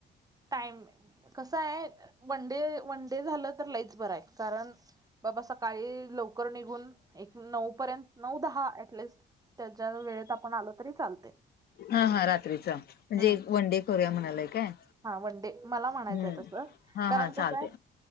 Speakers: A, on the right; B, on the left.
A: टाईम कसं हाय वन डे वन डे झालं तर लईच बरं आहे कारण बाबा सकाळी लवकर निघून एक नऊ पर्यंत नऊ दहा ऍटलिस्ट ते ज्या वेळेत आपण आलो तरी चालते
B: हा हा रात्रीचं म्हणजे
A: हम्म
B: वन डे करूया म्हणालाय काय
A: हा वनडे मला म्हणायचंय
B: हम्म
A: तसं
B: हा
A: कारण
B: हा चालतय.
A: कसं हाय